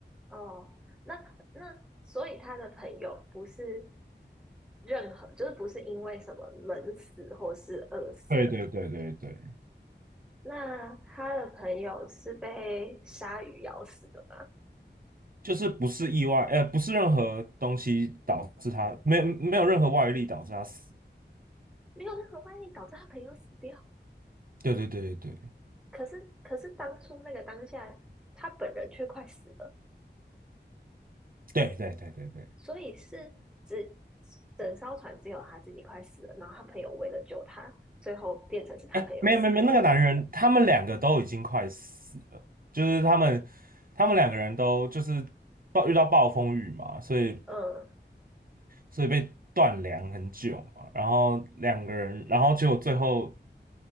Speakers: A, in the centre; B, on the right.
A: 哦，那那所以他的朋友不是任何，就是不是因为什么冷死或是饿死，
B: 对对对对对，
A: 那他的朋友是被鲨鱼咬死的吗？
B: 就是不是意外，呃，不是任何东西导致它，没有没有任何外力导致它死，
A: 没有任何外力导致他朋友死掉，
B: 对对对对
A: 可是可是当初那个当下，他本人却快死了，
B: 对对对对对对。
A: 所以是只整艘船只有他自己快死了，然后他朋友为了救他，最后变成是他朋友死了，
B: 哎，没有没有没有，那个男人，他们两个都已经快死了，就是他们他们两个人都就是暴遇到暴风雨嘛，所以
A: 嗯，
B: 所以被断粮很久嘛，然后两个人，然后结果最后